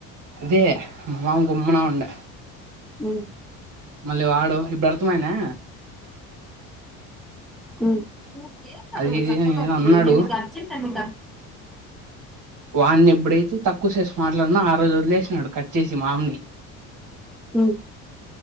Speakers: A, on the right; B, in the centre.
A: అదే మాం గుమ్మనా ఉండే
B: ఉ
A: మళ్ళీ వాడు ఇప్పుడు అర్థమైయిందా
B: మూడు చేస్తా
A: అది
B: అద
A: ఇది
B: చెప్పకప్పుడు
A: అని ఏదో అన్నాడు
B: నేను అర్జెంట్ అన్ని
A: వాని ఎప్పుడైతే తక్కువ చేసి మాట్లాడున ఆ రోజు వదిలి వేసినాడు కట్ వచ్చేసి మామ్ని
B: ఉమ్